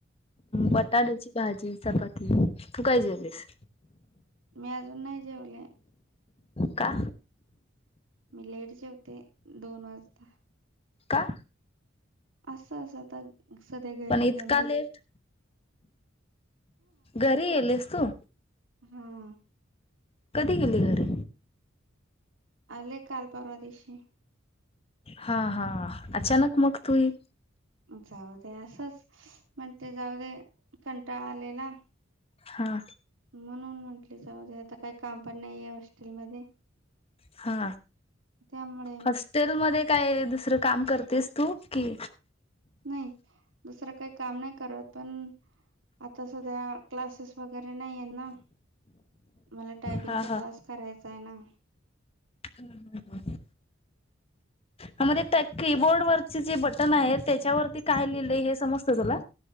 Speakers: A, on the right; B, on the left.
A: हम्म
B: बटाट्याची. भाजी चपाती. तू काय जेवलीस?
A: मी आजून नाही जेवले.
B: का?
A: मी लेट जेवते दोन वाजता.
B: का?
A: असंच आता सध्या घरीये
B: पण इतका
A: ना मी.
B: लेट घरी येलेस्तु?
A: हम्म.
B: कधी गेली घरी?
A: आले काल परवा दिशी.
B: हा-हा अचानक मग तूई.
A: जाऊ दे असंच स म्हण ते जाऊ दे कंटाळा आलेला.
B: हा.
A: म्हणून म्हंटले जाऊदे आता काही काम पण नाहीये हॉस्टेलमध्ये.
B: हा
A: त्यामुळे
B: हॉस्टेल मध्ये काय? दुसरं काम करतेस तू? की
A: नाही दुसरं काही काम नाही करत पण आता सध्या क्लासेस वगैरे नाहीय ना. मला टायपिंगचा
B: हा
A: क्लास करायचा आहे ना.
B: हं-हं-हं. ह म त्या कीबोर्ड वरचे जे बटन आहे त्याच्यावरती काय लिहिलंय हे समजत तुला?